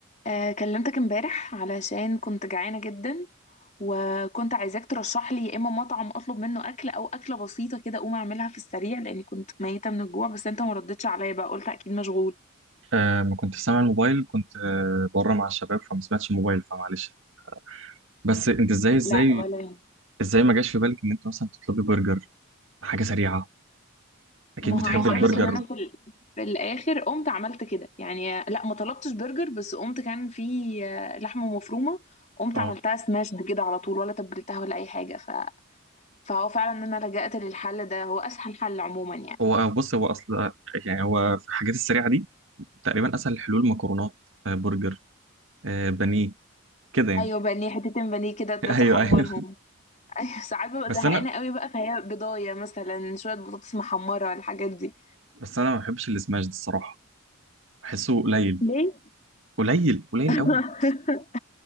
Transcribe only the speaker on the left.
آه، كلمتك امبارح علشان كنت جعانة جدا وكنت عايزاك ترشح لي يا اما مطعم اطلب منه اكل او اكلة بسيطة كده اقوم اعملها في السريع لاني كنت ميتة من الجوع بس انت ما ردتش عليا بقى قلت اكيد مشغول
لا
ولا يهمك.
ما
هو
عايزة
اقولك
ان انا
في ال... في الاخر قمت عملت كده يعني لا ما طلبتش برجر بس قمت كان في آه، لحمة مفرومة قمت
عملتها سماشد كده على طول ولا تبلتها ولا اي حاجة ف... فهو فعلا ان انا لجأت للحل ده هو اسهل حل عموما يعني
ايوه بانيه حتتين بانيه كده تحمرهم
ايوه <laughs> ساعات ببقى
زهقانه
قوي بقى فهي بضايه مثلا شويه بطاطس محمره الحاجات دي
ليه؟
<laughs>